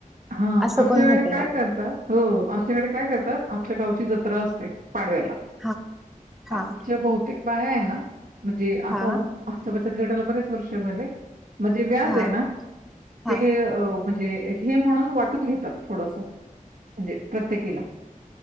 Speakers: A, on the right; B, in the centre.
A: हा
B: असं
A: आमच्याकडे
B: पण होत
A: काय करतात हो आमच्याकडे काय करतात आमच्या गावची जत्रा असते! पांडव्याला.
B: हा हा
A: आमच्या बहूतेक बाया आहे ना, म्हणजे आता
B: हा
A: आमचा बचत गटाला बरेच वर्ष झाले, म जे व्याज
B: हा
A: ना
B: हा
A: ते म्हणजे हे म्हणून वाटून घेतात थोडस म्हणजे प्रत्येकीला.